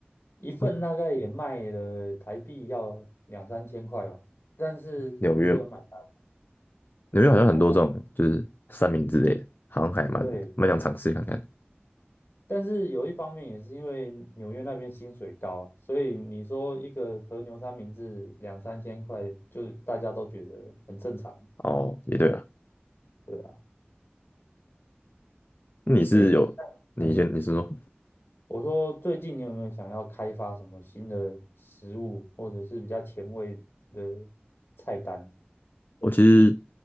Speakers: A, on the left; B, on the left.
A: 一份大概也卖了台币要两三千块吧，
B: 哦
A: 但是很多人买单，
B: 纽约，纽约好像很多这种就是三明治类的，
A: 很多人买单，
B: 好像还蛮蛮想尝试看看。
A: 对。但是有一方面也是因为纽约那边薪水高啊，所以你说一个和牛三明治两三千块，就大家都觉得很正常，
B: 哦，也对了，
A: 对啊。
B: 你是有，
A: 诶，
B: 你先你是说。
A: 哎，我说最近你有没有想要开发什么新的食物，或者是比较前卫的菜单？
B: 我其实